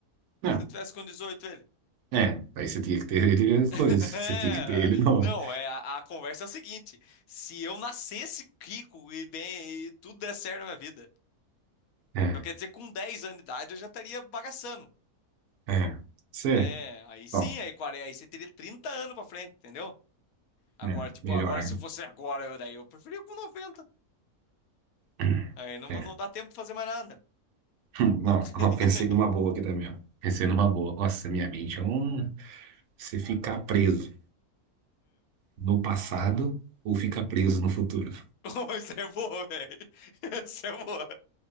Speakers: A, on the right; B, on the left.
A: Não,
B: Se eu tivesse com 18 ele.
A: é, aí você tinha que ter ele
B: <laughs>
A: coisa, você tinha que ter ele novo.
B: Não, é a, a conversa é o seguinte: se eu nascesse rico e bem, e tudo der certo na minha vida,
A: É,
B: eu quero dizer, com 10 anos de idade eu já estaria bagaçando.
A: é, você,
B: É, aí sim,
A: bom,
B: aí, 40 aí você teria 30 anos pra frente, entendeu? Agora,
A: né,
B: tipo,
A: melhor,
B: agora,
A: né?
B: se eu fosse agora, eu, daí eu preferia com 90.
A: <clears throat>
B: Aí não,
A: É.
B: vou- não dá tempo de fazer mais nada.
A: Hum, Não,
B: <laughs>
A: não, pensei numa boa aqui também, ó. Pensei numa boa. Nossa, minha mente é um. Você ficar preso no passado ou ficar preso no futuro?
B: Oh, Isso é boa, velho. <laughs> Isso é boa.